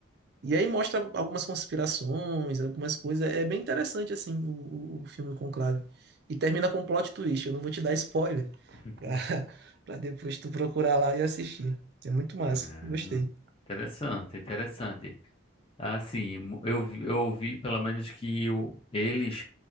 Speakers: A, on the right; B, on the left.
A: E aí mostra algumas conspirações, algumas coisas. É bem interessante, assim, o, o o filme Conclave. E termina com um plot twist. Eu não vou te dar spoiler
B: <laughs>
A: pra, <laughs> pra depois tu procurar lá e assistir. É muito massa,
B: Ah,
A: gostei.
B: interessante, interessante. Assim, mu- eu, vi- eu ouvi pelo menos que o, eles,